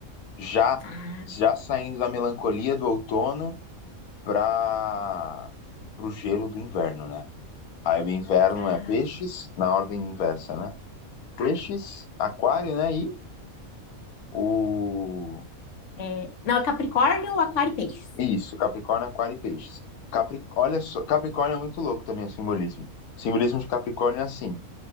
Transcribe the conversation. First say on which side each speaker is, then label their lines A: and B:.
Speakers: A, on the left (about 85°); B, on the left (about 60°).
A: já
B: Ah,
A: já saindo da melancolia do outono para o gelo do inverno, né? Aí o inverno
B: Ai,
A: é peixes, na ordem inversa, né? Peixes, aquário, né? E o.
B: é... Não, é Capricórnio, Aquário e Peixes.
A: Isso, Capricórnio, Aquário e Peixes. Capri... Olha só, Capricórnio é muito louco também o simbolismo. O simbolismo de Capricórnio é assim.